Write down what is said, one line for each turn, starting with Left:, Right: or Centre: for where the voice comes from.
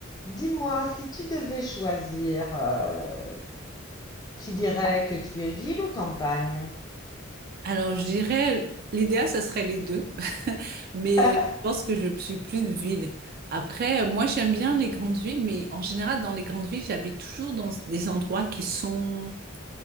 Left: Dis-moi, si tu devais choisir, euh, tu dirais que tu es ville ou campagne?
Right: Alors, je dirais, l'idéal, ça serait les deux, <laughs> mais
Left: <laughs>
Right: je pense que je suis plus ville. Après, euh, moi, j'aime bien les grandes villes, mais en général, dans les grandes villes, j'habite toujours dans des endroits qui sont,